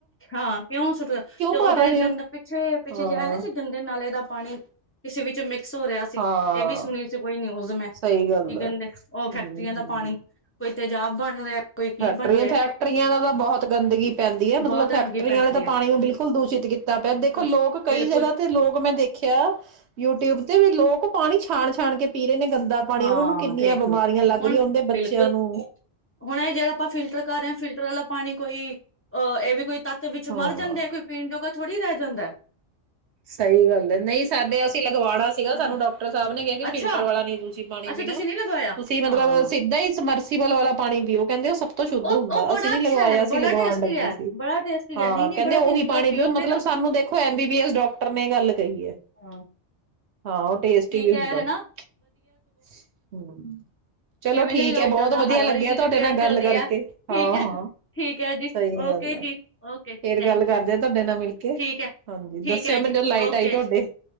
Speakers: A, on the left (about 15°); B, on the right (about 70°).
A: ਹਾਂ ਕਿਉਂ ਸੁਟ ਤੇ ਉਹ
B: ਭਰ
A: ਜਿਹੜੇ
B: ਰਹੇ
A: ਗੰਦੇ
B: ਹੋ
A: ਪਿੱਛੇ, ਪਿੱਛੇ
B: ਹਾਂ
A: ਜੇ ਆਏ ਨੀ ਸੀ ਗੰਦੇ ਨਾਲੇ ਦਾ ਪਾਣੀ ਕਿਸੇ ਵਿੱਚ ਮਿਕ ਸੋ ਰਿਹਾ ਸੀ,
B: ਹਾਂ
A: ਇਹ ਵੀ ਸੁਣੀ ਸੀ ਕੋਈ ਨਿਊਜ਼ ਮੈਂ, ਕੀ
B: ਸਹੀ ਗੱਲ ਆ
A: ਗੰਦੇ ਉਹ
B: ਹਮ
A: ਫੈਕਟਰੀਆਂ ਦਾ
B: ਹਮ
A: ਪਾਣੀ ਕੋਈ ਤੇ ਜਾਾਬ ਬਣ <unintelligible>
B: ਫੈਕਟਰੀਆਂ
A: ਬਣ ਰਿਹਾ
B: ਫੈਕਟਰੀਆਂ ਦਾ ਤਾਂ ਬਹੁਤ ਗੰਦਗੀ ਪੈਂਦੀ ਮਤਲਬ
A: ਬਹੁਤ
B: ਫੈਕਟਰੀਆਂ
A: ਗੰਦਗੀ ਪੈਂਦੀ
B: ਵਾਲੇ ਤਾਂ ਪਾਣੀ ਨੂੰ ਬਿਲਕੁਲ ਦੂਸ਼ਿਤ ਕੀਤਾ ਪਿਆ
A: ਹੈ
B: ਦੇਖੋ ਲੋਕ ਕਈ
A: ਬਿਲਕੁਲ
B: ਜਗ੍ਹਾ ਤੇ ਲੋਕ ਮੈਂ ਦੇਖਿਆ ਯੂਟਿਊਬ ਤੇ ਵੀ ਲੋਕ ਪਾਣੀ ਛਾਣ ਛਾਣ ਕੇ <unintelligible> ਨੇ ਗੰਦਾ ਪਾਣੀ,
A: ਹਾਂ
B: ਉਹਨਾ ਨੂੰ ਕਿੰਨੀਆਂ
A: ਦੇਖ
B: ਬਿਮਾਰੀਆਂ
A: ਲੋ
B: ਲੱਗ
A: ਹੁਣ
B: ਰਹੀਆਂ ਉਹਦੇ ਬੱਚਿਆਂ
A: ਬਿਲਕੁਲ
B: ਨੂੰ।
A: ਹੁਣ ਜਿਹੜਾ ਆਪਾਂ ਫਿਲਟਰ ਕਰ ਰਹੇ ਹਾਂ ਫਿਲਟਰ ਵਾਲਾ ਪਾਣੀ ਕੋਈ ਅਹ ਇਹ ਕੋਈ ਤੱਤ ਵਿੱਚ
B: ਹਾਂ
A: ਮਰ ਜਾਂਦੇ ਕੋਈ ਪੀਣ ਜੋਗਾ ਥੋੜੀ ਰਹਿ ਜਾਂਦਾ ਐ।
B: ਸਹੀ ਗੱਲ ਹੈ, ਨਹੀਂ ਸਾਡੇ ਅਸੀਂ ਲਗਵਾਉਣਾ ਸੀਗਾ
A: ਹਾਂ
B: ਸਾਨੂੰ ਡਾਕਟਰ ਸਾਹਿਬ ਨੇ ਕਿਹਾ ਕਿ
A: ਅੱਛਾ
B: ਫਿਲਟਰ ਵਾਲਾ ਨਹੀਂ ਤੁਸੀਂ ਤੁਸੀ ਪਾਣੀ
A: ਅੱਛਾ
B: ਪੀਣਾ,
A: ਤੁਸੀਂ ਨਹੀਂ ਲਗਵਾਇਆ
B: ਤੁਸੀਂ ਮਤਲਬ
A: ਹਾਂ
B: ਸਿੱਧਾ ਹੀ ਸਮਰਸੀਬਲ ਵਾਲਾ ਪਾਣੀ ਪੀਓ। ਕਹਿੰਦੇ ਤੋਂ ਸ਼ੁੱਧ
A: ਉਹ
B: ਹੁੰਦਾ,
A: ਉਹ ਬੜਾ
B: ਅਸੀਂ ਨੀ
A: ਅੱਛਾ
B: ਲਗਵਾਇਆ
A: ਹੈ
B: ਅਸੀ
A: ਬੜਾ
B: ਲਗਵਾਉਣ
A: ਟੇਸਟੀ
B: ਲੱਗੇ
A: ਹੈ
B: ਸੀ,
A: ਬੜਾ ਟੇਸਟੀ
B: ਹਾਂ
A: ਹੈ ਨਹੀਂ ਨਹੀਂ
B: ਕਹਿੰਦੇ
A: ਬੜਾ
B: ਉਹੀ
A: ਟੇਸਟੀ ਉਹ
B: ਪਾਣੀ
A: ਪੀਓਗੇ
B: ਪਿਓ ਮਤਲਬ
A: ਨਾ
B: ਸਾਨੂੰ ਦੇਖੋ M B B S doctor ਐ ਗੱਲ ਕਹੀ ਹੈ।
A: ਹਾਂ
B: ਹਾਂ ਉਹ ਟੇਸਟੀ
A: ਠੀਕ
B: ਵੀ ਹੁੰਦਾ।
A: ਹੈ ਹਨਾ
B: ਹਮ, ਚਲੋ
A: ਇਵੇਂ
B: ਠੀਕ
A: ਦਾ ਈ ਹੋਈ
B: ਹੈ ਬਹੁਤ
A: ਦਾ
B: ਵਧੀਆ
A: ਹਰ
B: ਲੱਗਿਆ
A: ਵਾਰੀ ਵੀ
B: ਤੁਹਾਡੇ
A: ਰਿਪੇਅਰ
B: ਨਾਲ ਗੱਲ
A: ਚੱਲਦੀ
B: ਕਰਕੇ
A: ਐ ਠੀਕ
B: ਹਾਂ
A: ਐ
B: ਹਾਂ
A: ਠੀਕ ਐ ਜੀ
B: ਸਹੀ ਗੱਲ
A: ਓਕੇ
B: ਹੈ
A: ਜੀ ਓਕੇ ਜੀ
B: ਫੇਰ
A: ਥੈਂਕ
B: ਗੱਲ ਕਰਦੇ
A: ਯੂ ਜੀ
B: ਆ ਤੁਹਾਡੇ ਨਾਲ ਮਿਲ ਕੇ
A: ਠੀਕ ਐ
B: ਹਾਂਜੀ
A: ਠੀਕ
B: ਦੱਸਿਓ ਮੈਨੂੰ
A: ਜੀ
B: ਜਦੋਂ ਲਾਈਟ
A: ਓਕੇ
B: ਆਈ ਤੁਹਾਡੇ
A: ਜੀ